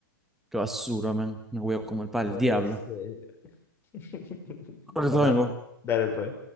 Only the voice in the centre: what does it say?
Qué basura, man. Me voy a comer para
el diablo.
Ahorita vengo.